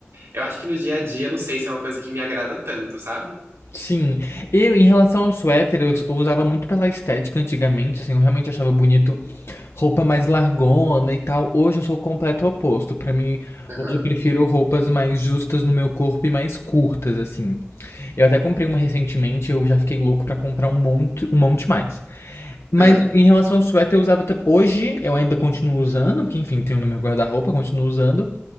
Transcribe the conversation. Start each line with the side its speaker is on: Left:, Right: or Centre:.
Right: Eu acho que no dia a dia, não sei se é uma coisa que me agrada tanto, sabe?
Left: Sim, eu em relação ao suéter, eu, eu usava muito pela estética antigamente, assim, eu realmente achava bonito roupa mais largona e tal. Hoje eu sou o completo oposto. Pra mim,
Right: Aham,
Left: hoje eu prefiro roupas mais justas no meu corpo e mais curtas, assim. Eu até comprei uma recentemente, eu já fiquei louco pra comprar um monte, um monte mais. Mas
Right: aham,
Left: em relação ao suéter, eu usava. tam- Hoje eu ainda continuo usando, porque enfim, tenho no meu guarda-roupa, continuo usando.